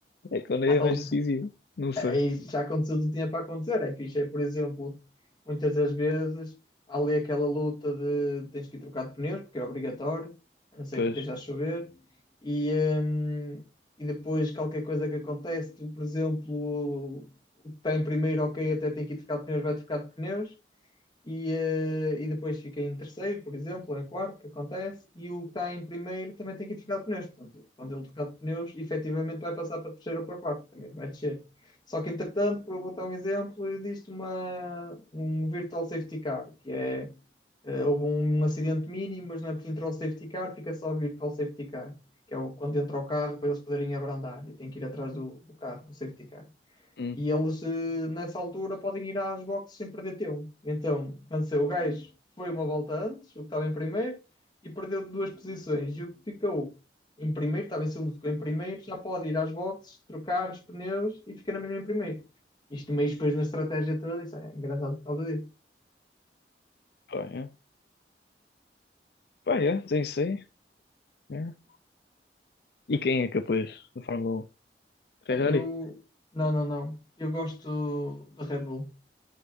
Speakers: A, on the left; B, on the left.
A: É quando
B: há-
A: é mais decisivo, não sei.
B: Aí já aconteceu o que tinha para acontecer. É fixe, é, por exemplo, muitas das vezes há ali aquela luta de tens que ir trocar de pneus, porque é obrigatório, a não ser
A: Pois.
B: que esteja a chover, e, hum, e depois qualquer coisa que acontece, tu, por exemplo, o que está em primeiro, ok, até tem que ir trocar de pneus, vai trocar de pneus, e, eh, e depois fica em terceiro, por exemplo, ou em quarto, que acontece, e o que está em primeiro também tem que ir trocar de pneus. Portanto, quando ele trocar de pneus, efetivamente vai passar para terceiro ou para quarto, também vai descer. Só que, entretanto, para botar um exemplo, existe uma, um virtual safety car, que é, eh, houve um, um acidente mínimo, mas não é por entrar o safety car, fica só o virtual safety car, que é o, quando entra o carro para eles poderem abrandar, e tem que ir atrás do, do carro, do safety car.
A: Hum.
B: E eles, eh, nessa altura, podem ir às boxes sem perder tempo. Então, cansei o gajo, foi uma volta antes, o que estava em primeiro, e perdeu duas posições. E o que ficou em primeiro, estava em segundo, ficou em primeiro, já pode ir às boxes, trocar os pneus e ficar na mesma em primeiro. Isto meio depois na estratégia toda, isso é engraçado por causa disso.
A: Pá, é. Pá, yeah, tem isso aí. yeah. E quem é capaz da Fórmula 1? Ferrari?
B: Olha, eu. Não, não, não. Eu gosto da Red Bull.